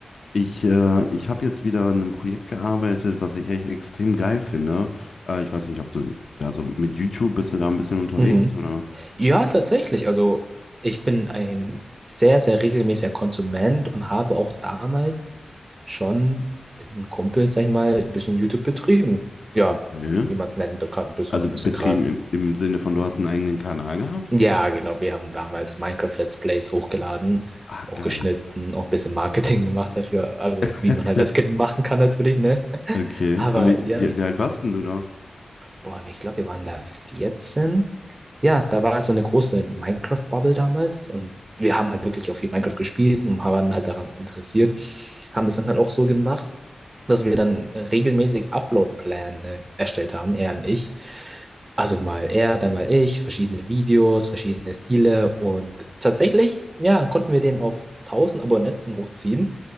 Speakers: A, on the left (about 65°); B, on the right (about 30°).
A: ich äh, ich habe jetzt wieder an einem Projekt gearbeitet, was ich echt extrem geil finde. Äh, ich weiß nicht, ob du, also mit YouTube bist du da ein bisschen unterwegs
B: Mhm.
A: oder?
B: Ja, tatsächlich. Also, ich bin ein sehr, sehr regelmäßiger Konsument und habe auch damals schon mit einem Kumpel, sag ich mal, ein bisschen YouTube betrieben. Ja,
A: Okay.
B: wie man es nennen kann, bis
A: Also
B: zu einem gewissen
A: betrieben
B: Grad.
A: im, im Sinne von, du hast einen eigenen Kanal gehabt?
B: Ja, genau. Wir haben damals Minecraft Let's Plays hochgeladen,
A: Ah,
B: auch
A: geil.
B: geschnitten, auch ein bisschen Marketing <laughs> gemacht dafür. Also,
A: <laughs>
B: wie man halt als Kind machen kann, natürlich, ne? <laughs>
A: Okay.
B: Aber
A: Aber wie,
B: ja,
A: wie,
B: ich,
A: wie alt warst denn du da?
B: boah, ich glaube, wir waren da 14. Ja, da war so eine große Minecraft-Bubble damals und wir haben halt wirklich auch viel Minecraft gespielt und waren halt daran interessiert. Haben das dann halt auch so gemacht dass wir dann äh, regelmäßig Upload-Pläne erstellt haben, er und ich. Also mal er, dann mal ich, verschiedene Videos, verschiedene Stile und tatsächlich, ja, konnten wir den auf 1000 Abonnenten hochziehen,